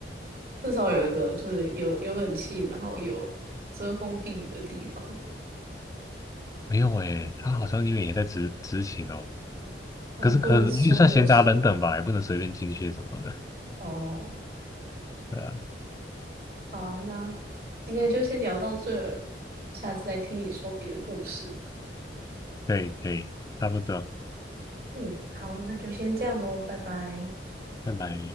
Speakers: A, on the right (about 60°); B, on the left (about 20°).
A: 至少有一个就是有有冷气，然后有遮风避雨的地方。
B: 没有诶，他好像因为也在执执勤哦，
A: 哦，
B: 可是可我也算闲杂人等吧，
A: 不能收留起来。
B: 也不能随便进去什么的。
A: 哦，
B: 对啊，
A: 好啊，那今天就先聊到这儿下次再听你说别的故事。
B: 可以可以，差不多，
A: 嗯，好，那就先这样喽，拜拜。
B: 拜拜。